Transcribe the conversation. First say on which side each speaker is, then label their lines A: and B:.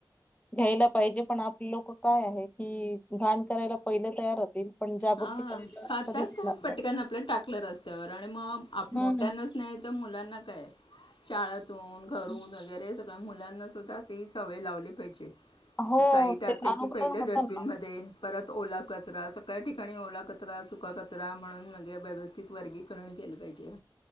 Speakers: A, on the left; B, on the left.
A: घ्यायला पाहिजे पण आपले लोक काय आहे कि, घाण करायला पहिले तयार होतील. पण जागृती
B: हा
A: करायला
B: खातात
A: कधीच येणार
B: पटकन
A: नाही.
B: आपल्या टाकलं रस्त्यावर आणि मग मोठ्यानाच
A: हम्म,
B: नाही तर, मुलांना काय? शाळ तिथून घरून
A: हम्म.
B: वगैरे सगळ्या मुलांनास सुद्धा ती चवय लावली पाहिजे.
A: हो
B: क काही टाकले
A: ते
B: की
A: अनुकरण
B: पहिले
A: होतं
B: डस्टबिन
A: ना.
B: मध्ये परत ओला कचरा. सगळ्या ठिकाणी ओला कचरा सुका कचरा म्हणूने व्यवस्थित वर्गीकरण केलं पाहिजे.